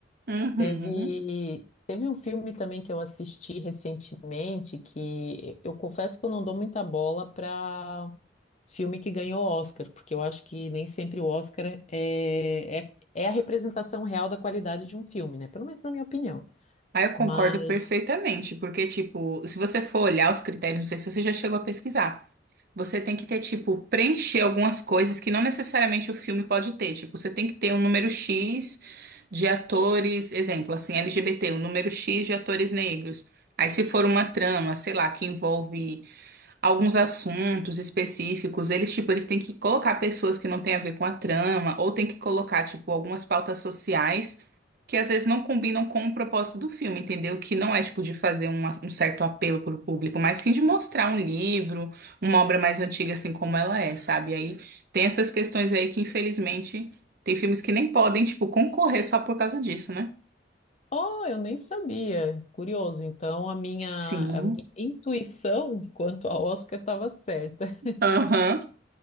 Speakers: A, on the right; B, on the left.
A: Uhum.
B: Teve, teve um filme também que eu assisti recentemente que eu confesso que eu não dou muita bola para filme que ganhou Oscar, porque eu acho que nem sempre o Oscar é, é, é a representação real da qualidade de um filme, né? Pelo menos na minha opinião.
A: Aí eu concordo
B: Mas,
A: perfeitamente, porque, tipo, se você for olhar os critérios, não sei se você já chegou a pesquisar. Você tem que ter, tipo, preencher algumas coisas que não necessariamente o filme pode ter. Tipo, você tem que ter um número X de atores, exemplo, assim, LGBT, um número X de atores negros. Aí, se for uma trama, sei lá, que envolve alguns assuntos específicos, eles, tipo, eles têm que colocar pessoas que não têm a ver com a trama, ou têm que colocar, tipo, algumas pautas sociais que às vezes não combinam com o propósito do filme, entendeu? Que não é, tipo, de fazer um, um certo apelo para o público, mas sim de mostrar um livro, uma obra mais antiga, assim como ela é, sabe? Aí tem essas questões aí que, infelizmente, tem filmes que nem podem, tipo, concorrer só por causa disso, né?
B: oh, eu nem sabia. Curioso. Então, a minha,
A: Sim.
B: a minha intuição quanto a Oscar estava certa. <laughs>
A: Aham.